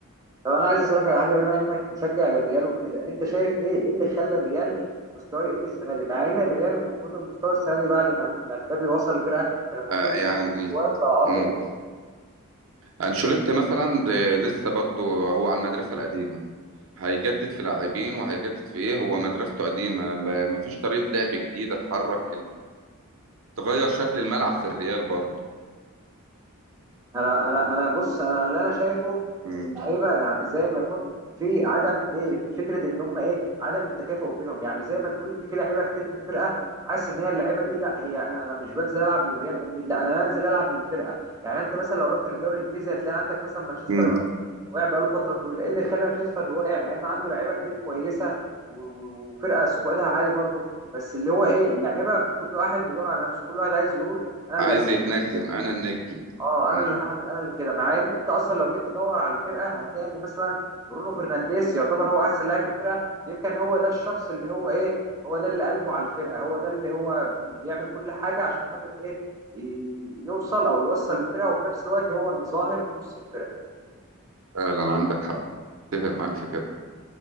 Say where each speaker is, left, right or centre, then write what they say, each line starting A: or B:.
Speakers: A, on the right; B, on the right.
A: طب انا عايز اسالك على حاجه بما انك مشجع للريال وكده انت شايف ايه إيه اللي خلى الريال مستواه يقل السنه دي مع ان الريال المفروض المستوى السنه دي بعد ما ما مبابي وصل الفرقه المفروض
B: آه، يعني
A: المستوى بقى اقوى
B: امم انشيلوتي مثلا ب- لسه برضو هو على المدرسه القديمه هيجدد في لاعبين وهيجدد في ايه هو مدرسته قديمه ما فيش طريقه لعب جديده تحرك تغير شكل الملعب في الريال برضه
A: انا انا انا بص انا اللي انا شايفه
B: مم.
A: ان اللعيبه يعني زي ما يكون في عدم ايه فكره ان هم ايه عدم التكافؤ بينهم يعني زي ما تقول ان في لعيبه كتير في الفرقه حاسس ان هي اللعيبه دي لا هي انا مش بنزل العب لريال مدريد لا انا بنزل العب للفرقه يعني انت مثلا لو رحت للدوري الانجليزي هتلاقي عندك مثلا مانشستر
B: مم.
A: يونايتد واقع بقاله فتره طويله ايه اللي خلى مانشستر واقع مع ان عنده لعيبه كتير كويسه و- و- وفرقه سكوادها عالي برضه بس اللي هو ايه اللعيبه كل واحد بيدور على نفسه كل واحد عايز يقول انا اللي
B: عايز
A: هسجل
B: يتنجم انا النجم
A: اه
B: مم.
A: انا اللي هعمل انا اللي كده مع ان انت اصلا لو جيت تدور على الفرقه هتلاقي ان مثلا برونو فرنانديز يعتبر هو احسن لاعب في الفرقه يمكن هو ده الشخص اللي هو ايه هو ده اللي قلبه على الفرقه هو ده اللي هو بيعمل كل حاجه عشان خاطر ايه ي- يوصل او يوصل الفرقه وفي نفس الوقت هو اللي ظاهر في نص الفرقه
B: فعلا عندك حق اتفق معاك في كده